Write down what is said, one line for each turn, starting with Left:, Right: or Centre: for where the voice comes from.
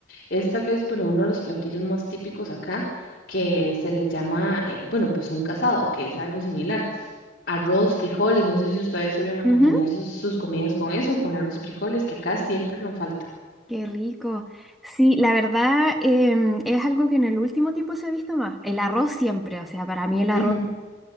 Left: Es tal vez, bueno, uno de los platillos más típicos acá que se les llama, eh, bueno, pues un casado, que es algo similar. Arroz, frijoles, no sé si ustedes suelen acompañar
Centre: Ujú,
Left: sus, sus comidas con eso, con arroz y frijoles, que acá siempre nos falta.
Centre: Qué rico. Sí, la verdad em, es algo que en el último tiempo se ha visto más. El arroz siempre, o sea, para mí el arroz
Left: Ujú,